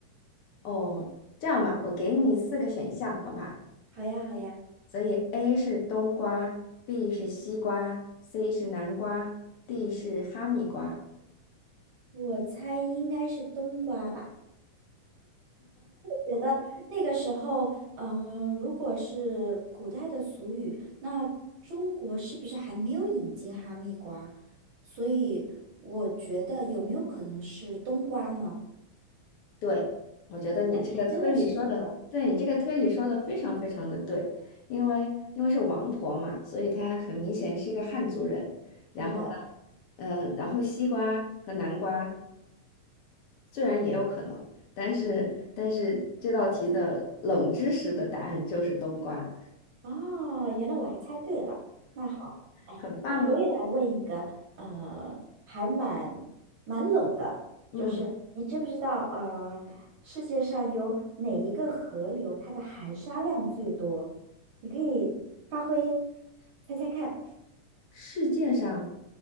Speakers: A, on the left; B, on the right.
A: 哦，这样吧，我给你四个选项，好吧？
B: 好呀，好呀，
A: 所以 A 是冬瓜，B 是西瓜，C 是南瓜，D 是哈密瓜。
B: 我猜应该是冬瓜吧。觉得那个时候，呃，如果是古代的俗语，那中国是不是还没有引进哈密瓜？所以我觉得有没有可能是冬瓜呢？
A: 对，我觉得你这个推理说的，
B: 还真的是冬瓜，
A: 对你这个推理说的非常非常的对，因为因为是王婆嘛，所以她很明显是一个汉族人。然后呢，
B: 对的。
A: 呃，然后西瓜和南瓜虽然也有可能，但是但是这道题的冷知识的答案就是冬瓜，
B: 哦，原来我还猜对了。那好，哎，
A: 很棒哦。
B: 那我也来问一个，呃，还蛮蛮冷的，
A: 嗯，
B: 就是你知不知道，呃，世界上有哪一个河流它的含沙量最多？你可以发挥，猜猜看。
A: 世界上